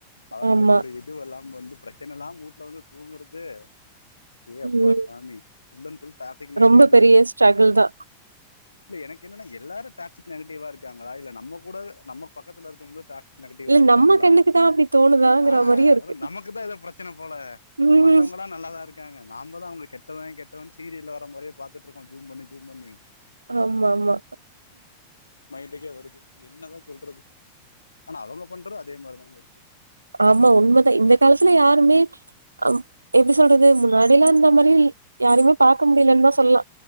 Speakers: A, on the left (about 80°); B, on the right (about 80°).
A: அவுங்களுக்குள்ள
B: ஆமா
A: இதுவெல்லாம் ம் வந்து பிரச்சன இல்லாம் ஊட்ல வந்து தூங்கறது அடே அப்பா
B: ம்
A: சாமி வுட்டன் ஃபுல் டாக்சிக் நெகட்டிவ்
B: ரொம்ப
A: நம்ம
B: பெரிய ஸ்ட்ரகுல் தா
A: இல்ல எனக்கென்னனா எல்லாரு டாக்சிக் நெகட்டிவா இருக்காங்களா இல்ல நம்ம கூட நம்ம பக்கத்தல இருக்கவங்க டா நெகட்டிவா
B: இல்ல
A: இருக்காங்களா
B: நம்ம கண்ணுக்கு தான் அப்டி தோணுதாங்கிற
A: ஆஹ்
B: மாரியும் இருக்கு
A: நமக்கு தா எதோ பிரச்சன போல
B: ம்
A: மத்தவங்களா நல்லாதா இருக்காங்க நாம்பதா அவங்கள கெ ட்டவ கெட்டவன் சீரியல்ல வர மாரியே பாத்துட்ருக்கூ ஜூம் பண்ணி ஜூம் பண்ணி
B: ஆமாமா
A: ண்டுக்கே வருது என்னதா சொல்றது ஆனா அவுங்க பண்றது அதே மாரிதாங்க இருக்குது
B: ஆமா உண்மதா இந்த காலத்துல யாருமே அம் எப்டி சொல்றது முன்னாடியெல்லா இந்த மாரி ல் யாரயுமே பாக்க முடிலன் தா சொல்லா